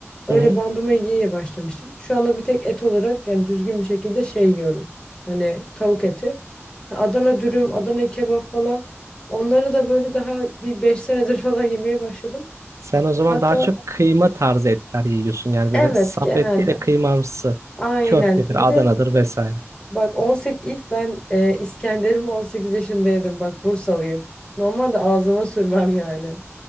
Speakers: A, on the left (about 20°); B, on the right (about 80°).
A: Öyle
B: Hı hı.
A: bandıma yiye başlamıştım. Şu anda bir tek et olarak yani düzgün bir şekilde şey yiyorum. Hani tavuk eti. Ha, Adana dürüm, Adana kebap falan. Onları da böyle daha bir 5 senedir <laughs> falan yemeye başladım.
B: Sen o zaman
A: Hatta
B: daha çok kıyma tarzı etler yiyorsun. Yani böyle
A: evet
B: saf
A: genelde.
B: et değil de kıymamsı.
A: Aynen.
B: Köftedir,
A: Bir de
B: Adana'dır vesaire.
A: bak 18 ilk ben e, İskender'imi 18 yaşındaydım. Bak Bursalıyım. Normalde ağzıma sürmem yani.